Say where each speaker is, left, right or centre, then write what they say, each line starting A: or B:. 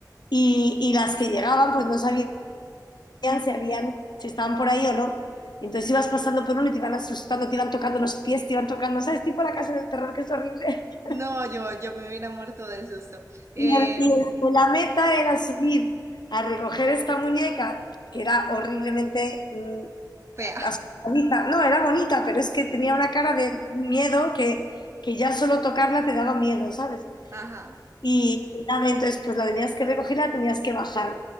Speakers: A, on the left (about 75°); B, on the right (about 40°).
A: y, y las que llegaban pues no sabían si habían, si estaban por ahí o no. Y entonces ibas pasando por uno y te iban asustando, te iban tocando los pies, te iban tocando, ¿sabes? Tipo la casa del terror, que es horrible.
B: No,
A: <laughs>
B: yo, yo me hubiera muerto del susto. Eh,
A: Y, el- y el- la meta era subir a recoger esta muñeca, que era horriblemente mm,
B: Pea.
A: asustadiza. No, era bonita, pero es que tenía una cara de miedo que, que ya solo tocarla te daba miedo, ¿sabes?
B: Ajá.
A: Y nada, entonces pues la tenías que recoger, la tenías que bajar.